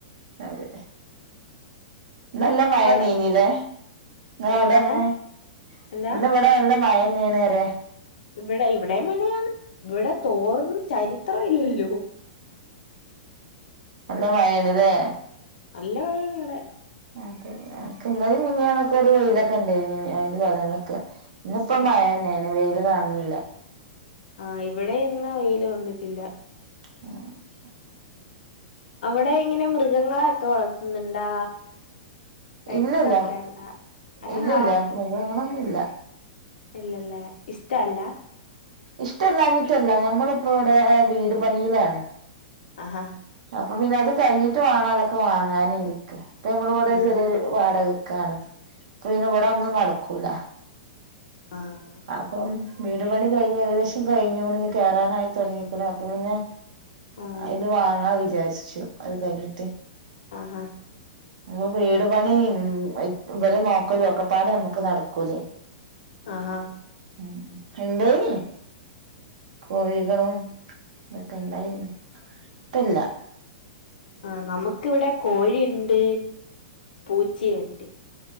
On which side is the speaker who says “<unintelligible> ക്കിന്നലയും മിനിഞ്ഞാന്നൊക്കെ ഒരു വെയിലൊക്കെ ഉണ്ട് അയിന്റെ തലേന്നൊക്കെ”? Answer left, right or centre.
Right